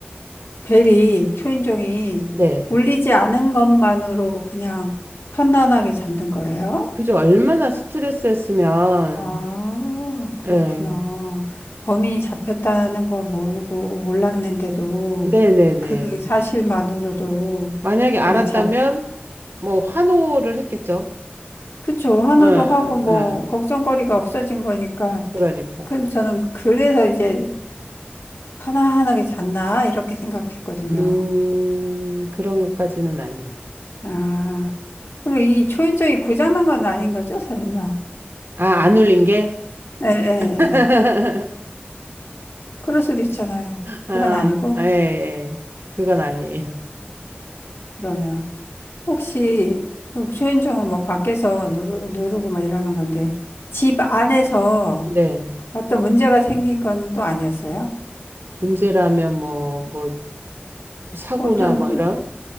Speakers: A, on the left; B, on the right.
A: 벨이, 초인종이
B: 네.
A: 울리지 않은 것만으로 그냥 편안하게 잠든 거예요?
B: 그죠. 얼마나 스트레스였으면,
A: 아, 그렇구나.
B: 예.
A: 범인이 잡혔다는 걸 모르고 몰랐는데도
B: 네네네.
A: 그 사실만으로도
B: 만약에 알았다면,
A: 이 자,
B: 뭐, 환호를 했겠죠.
A: 그쵸. 환호도
B: 예,
A: 하고 뭐
B: 예. 예.
A: 걱정거리가 없어진 거니까.
B: 그러니까요.
A: 그 저는 그래서 이제 편안하게 잤나 이렇게 생각했거든요.
B: 음, 그런 것까지는 아니에요.
A: 아, 그럼 이 초인종이 고장난 건 아닌 거죠, 설마?
B: 아, 안 울린 게?
A: 예, 예, 예.
B: <laughs>
A: 그럴 수도 있잖아요. 그건
B: 아,
A: 아니고,
B: 아, 예, 예. 그건 아니에요. <laughs>
A: 그러면. 혹시, 뭐 초인종은 뭐 밖에서 누르, 누르고 막 이러는 건데, 집 안에서
B: 네.
A: 어떤 문제가 생긴 건 또 아니었어요?
B: 문제라면 뭐, 뭐, 사고나
A: 어떤,
B: 뭐 이런?